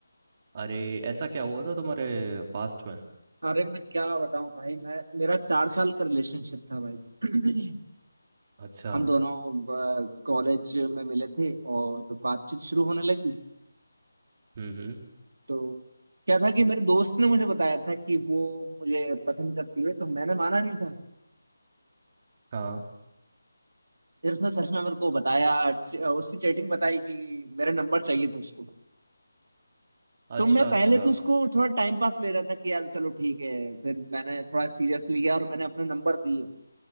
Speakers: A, on the right; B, on the right.
A: अरे ऐसा क्या हुआ था तुम्हारे पास्ट में
B: अरे मैं क्या बताऊं भाई मैं मेरा चार साल का रिलेशनशिप था भाई <clears throat>
A: अच्छा
B: हम दोनों कॉलेज में मिले थे और तो बातचीत शुरू होने लगी
A: हम्म हम्म
B: तो क्या था कि मेरे दोस्त ने मुझे बताया था कि वो मुझे पसंद करती है तो मैंने माना नहीं था
A: हाँ
B: फिर उसने सच में मेरे को बताया उसकी चैटिंग बताई कि मेरा नंबर चाहिए था उसको तो
A: अच्छा
B: मैं पहले
A: अच्छा
B: तो उसको थोड़ा टाइम पास ले रहा था कि यार चलो ठीक है फिर मैंने थोड़ा सीरियस लिया और मैंने अपना नंबर दिया